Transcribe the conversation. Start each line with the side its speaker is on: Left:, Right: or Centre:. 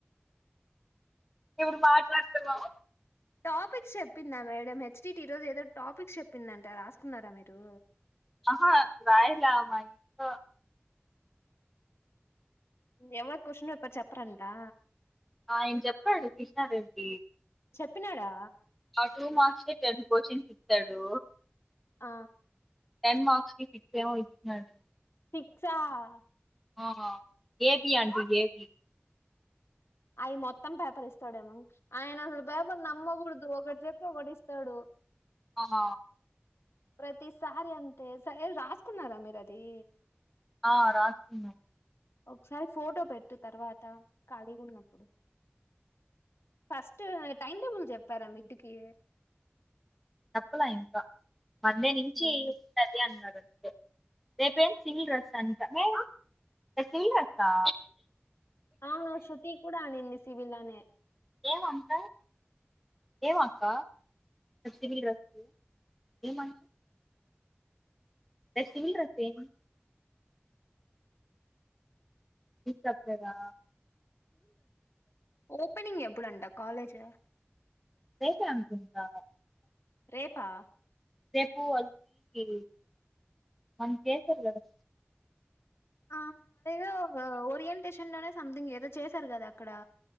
Centre: ఇప్పుడు మాట్లాడుతున్నాం
Left: టాపిక్స్ చెప్పిందా మేడం హెచ్ చిట్ ఈ రోజు ఏదో టాపిక్స్ చెప్పిందంట రాసుకున్నారా మీరు.
Centre: ఆహా రాయలామాయింట్లో
Left: ఎవర్ కొశన్ వేపర్ చెప్పరంటా
Centre: ఆయన్ చెప్పాడు కృష్ణారెడ్డి
Left: చెప్పినాడా
Centre: ఆ టూ మార్క్స్ కె టెన్ కొశన్స్ ఇత్తాడు
Left: ఆ
Centre: టెన్ మార్క్స్ కి పిక్స్ ఏమో ఇచ్చాడు.
Left: సిక్సా హ
Centre: ఆహ A B and A B
Left: అవి మొత్తం పేపర్ ఇస్తాడేమో ఆయన అసలు పేపర్ నమ్మగూడదు. ఒకటి చెప్పి ఒకటి ఇస్తాడు.
Centre: అహ
Left: ప్రతిసారి అంతే సరే రాసుకున్నారా మీరు అది.
Centre: ఆ రాస్ కున్నం
Left: ఒకసారి ఫోటో పెట్టు తర్వాత ఖాళీ గున్నప్పుడు ఫస్ట్ టైమ్ టేబుల్ చెప్పారా మిడ్ కి
Centre: తప్పలా ఇంకా మందే నించి
Left: ఉమ్.
Centre: ఉంటది అన్నారు. రేపేమ్ సివిల్ డ్రెస్ అంట ఆ సివిల్ డ్రెస్సా?
Left: అవును శృతి కూడా అనింది సివిల్ అనే
Centre: ఎమ్ అంట ఏమో అక్క సివిల్ డ్రెస్సు ఏమం ఎ సింగిల్ డ్రెస్ ఏమో మీకు చెప్పలేదా
Left: ఓపెనింగ్ ఎప్పుడంట కాలేజ్
Centre: రేపే అనుకుంటా
Left: రేపా
Centre: రేపు వాళ్ళుకి మనకి చేశార్ గదా.
Left: ఆమ్ దేదో ఓరియంటేషన్లనే సమ్థింగ్ ఏదో చేసార్ గదా అక్కడా?